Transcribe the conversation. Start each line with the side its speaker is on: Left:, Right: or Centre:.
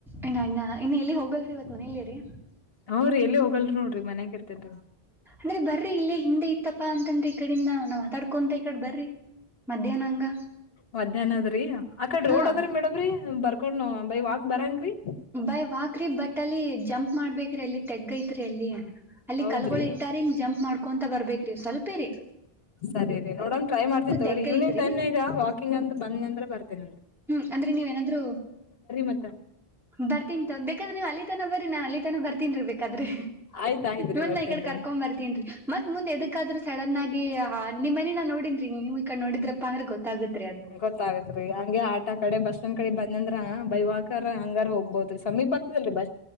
Centre: ಇ ಇನ್ನ ಇನ್ನ ಎಲ್ಲಿ ಹೋಗಲ್ರಿ ಮನೇಲಿ ರೀ
Left: ಹ ರೀ ಎಲ್ಲಿ ಹೋಗಲ್ ಲ್ ನೋಡ್ರಿ ಮನ್ಾಗ ಇರ್ೇನ್ೀ
Centre: ಅಂದ್ರೆ ಬರ್ರಿ ಇಲ್ಲೇ ಹಿಂದೆ ಇತ್ತಪ್ಪಾ ಅಂತಂದ್ರೆ ಈಕಡಿಂದ ನಾ್ ಮಾತಾಡ್ಕೊಂತ ಈಕಡೆ ಬರ್ರಿ ಮಧ್ಯಾಹ್ನ ಹಂಗ
Left: ಮಧ್ಯಾಹ್ನ ಅದ್ರಿ ಆಕಡೆ
Centre: ಹಾ
Left: ರೋಡ್ ಅದ ಮಡ್ರರಿ ಬರ್ಕೊಂಡ ಬೈ ವಾಕ್ ಬರಂಗ್ರೀ
Centre: ಬೈ್ ವಾಕ್ರಿ ಬಟ್ಟಲ್ಲಿ ಜಂಪ್ ಮಾಡ್ಬೇಕ್ರ ಎಲ್ಲಿ ತೆಗ್ಗ ಐತ್ರಿ ಅಲ್ಲಿ ಅಲ್ಲಿ
Left: ಹೌದ್ರಿ
Centre: ಕಲ್ಗಳು ಇಟ್ಟಾರ ಹಿ ಜಂಪ್ ಮಾಡ್ಕೊ ಬರ್ಬೇಕ್ರಿ ಸ್ವಲ್ಪೇ ರರಿ
Left: ಸರಿ ರೀ ನೋಡಣ ಟ್ರೈ ಮಾಡ್ತಿದ್ದ್ವ್ರೀ
Centre: ತೆಗ್ಗ
Left: ಈವ್ಿಂಗ್
Centre: ಐತ್ರಿ
Left: ಟೈಮ್ ಈಗ ವಾಕಿಂಗ್ ಅ ಬಂದ ಅಂದ್ರೆ ಬರ್ತೀನಂದ
Centre: ಹ್ಮ್ ಅಂದ್ರೆ ನೀವ್ ಏನಾದ್ೂ
Left: ಮತ್ತ
Centre: ಬರ್ತೀನ್ ಬೇಕಾದ್ರೆ ನೀವ್ ಅಲ್ಲಿ ತನ ಬರ್ರಿ ನಾನ್ ಅಲ್ಲಿ ತನ ಬರ್ತೀನ್ಿ ಬೇಕಾದ್ರೆ
Left: ಆಯ್ತ ಆಯ್ತ್ರಿ
Centre: ಮಂದ
Left: ಬರ್ತೇನ್ರಿ
Centre: ಈ ಕಡೆ ಕರ್ಕೊ್ ಬರ್ತೀನ್ಿ ಮತ್ ಮುಂದೆದಕ್ಕಾದ್ರೂ ಸಡನ್ ಆಗಿ ಹ ನಿಮ್ಮ ಮನ ನಾ ನೋಡಿದನ್್ರಿ ನೀವು ಈ ಕಡೆ ನೋಡಿದ್ರಪ್ಪಾ ಅಂದ್ರೆ ಗೊತ್ತಾಗುತ್ತೆ
Left: ಗೊತ್ತಾಗತ್ೀ ಹಂಗೆ ಆಟಾ ಕಡೆ ಬಸ್ ಒಂದ್ ಕಡೆ ಬಂದಂದ್ರ ಬೈವಾಾಕರ್ ಹಂಗಾರ ಹೋಗ ಹೌದ್ರೀ ಸಮೀಪದಲ್ಲಿ ಬ